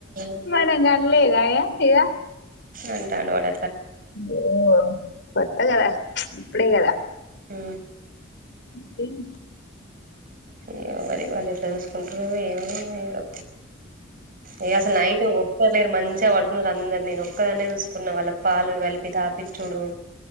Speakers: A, on the right; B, on the left.
A: ఆ
B: మనం కనలేదఇగా
A: రంటను వాడ
B: ఓ కొత్త కదా ఇప్పుడే కదా
A: ఉ
B: కిమ్
A: ఏమో మరి వాళ్ళు ఎట్లా చూసుకుంటారు ఏమో ఏదో ఇగ అసలు నైట్ ఒక్కర్లేరు మంచిగా పడుకున్నారు అందరు నేను చక్కగానే చూసుకున్న వాళ్ళకి పాలు కలిపి తాపిచ్చుడు